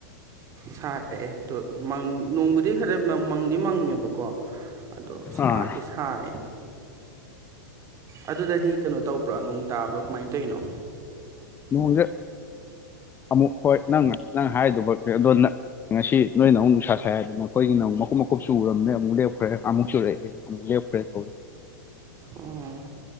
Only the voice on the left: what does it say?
ꯑꯥ
ꯅꯣꯡꯁꯦ ꯑꯃꯨꯛ ꯍꯣꯏ ꯅꯪ ꯅꯪ ꯍꯥꯏꯗꯨꯃꯛ ꯅꯦ ꯑꯗꯣ ꯅꯪ ꯉꯁꯤ ꯅꯣꯏꯅ ꯑꯃꯨꯛ ꯅꯨꯡꯁꯥ ꯁꯥꯏ ꯍꯥꯏꯗꯅ ꯑꯥꯈꯣꯏꯒꯤꯅꯨꯛ ꯃꯈꯀꯨꯞ ꯃꯈꯀꯨꯞ ꯆꯨꯔꯃꯦ ꯃꯨꯛ ꯂꯦꯞꯈ꯭ꯔꯦ ꯑꯃꯨꯛ ꯆꯨꯔꯛꯑꯦ ꯑꯃꯨꯛ ꯂꯦꯄꯈꯔꯦ